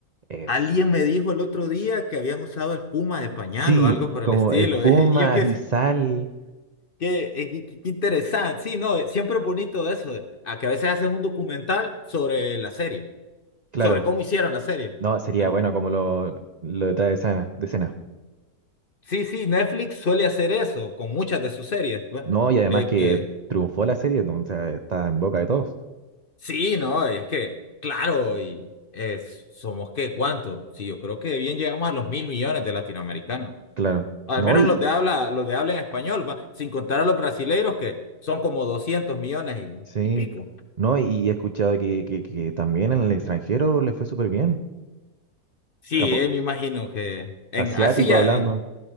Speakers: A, on the right; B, on the left.
A: Es,
B: Alguien me dijo el otro día que habían usado espuma de pañal
A: sí,
B: o algo por
A: como
B: el estilo.
A: espuma
B: <laughs> Y yo qué
A: y sal.
B: qué eh, que- que interesante. Sí, no, eh, siempre es bonito eso. eh, A que a veces hacen un documental sobre la serie,
A: Claro,
B: sobre cómo hicieron la serie,
A: no, sería
B: ¿no?
A: bueno como lo, lo detrás de escena, de escena.
B: Sí, sí, Netflix suele hacer eso con muchas de sus series. pues.
A: No, y además
B: Es
A: que
B: que,
A: triunfó la serie, o sea, está en boca de todos.
B: sí, no, es que, claro, y es, somos qué, ¿cuánto? Sí, yo creo que bien llegamos a los mil millones de latinoamericanos.
A: Claro.
B: Al
A: No,
B: menos
A: y,
B: los de habla, los de habla en español, va, sin contar a los brasileiros que son como 200 millones y,
A: Sí,
B: y pico.
A: no, y, y he escuchado que, que, que también en el extranjero le fue súper bien.
B: Sí,
A: Japón,
B: eh, me imagino que en
A: asiático
B: así ya
A: hablando.
B: en